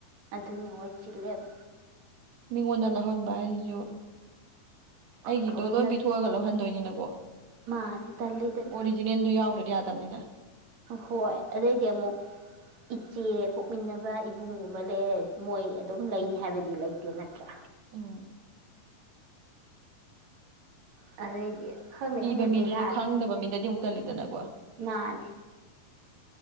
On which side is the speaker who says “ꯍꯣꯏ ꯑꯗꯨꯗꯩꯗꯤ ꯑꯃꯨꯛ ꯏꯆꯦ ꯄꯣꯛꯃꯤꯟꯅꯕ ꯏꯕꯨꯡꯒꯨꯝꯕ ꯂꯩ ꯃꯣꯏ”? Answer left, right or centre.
Right